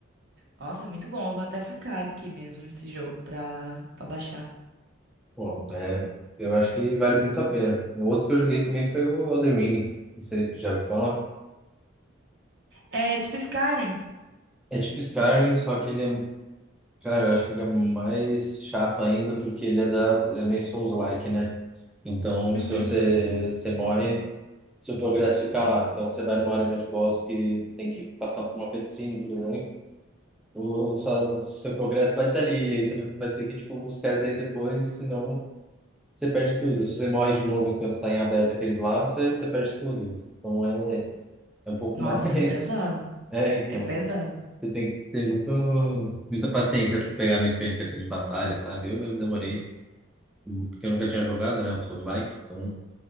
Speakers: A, on the right; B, in the centre.
A: Nossa, é muito bom. Eu vou até sacar aqui mesmo esse jogo pra, pra baixar.
B: Pô, é, eu acho que vale muito a pena. O outro que eu joguei também foi o Elden Ring. Você já ouviu falar?
A: É tipo Skyrim.
B: É tipo Skyrim, só que ele é, cara, eu acho que ele é mais chato ainda porque ele é da é meio Souls-like, né? Então,
A: Uhum.
B: se você, você morre se o progresso ficar lá. Então, você vai numa arena de boss que tem que passar por uma cutscene, por exemplo. O, sua- o seu progresso vai estar ali, e aí você vai ter que, tipo, buscar isso daí depois, senão você perde tudo. Se você morre de novo enquanto está em aberto aqueles lá, você, você perde tudo. Então, é, é um pouco
A: Nossa,
B: <laughs> mais...
A: é pesado.
B: É, então,
A: É pesado.
B: você tem que ter muito, muita paciência para pegar a mecânica, assim, de batalha, sabe? Eu mesmo demorei, porque eu nunca tinha jogado, né, o Souls-like, então...